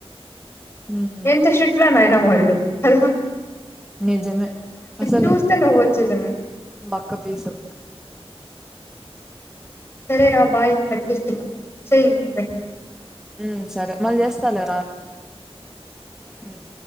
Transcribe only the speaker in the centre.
మ్మ్
నిజమే అసలు
బక్క పీసు
మ్మ్ సరే మళ్ళీ చేస్తలేరా మ్మ్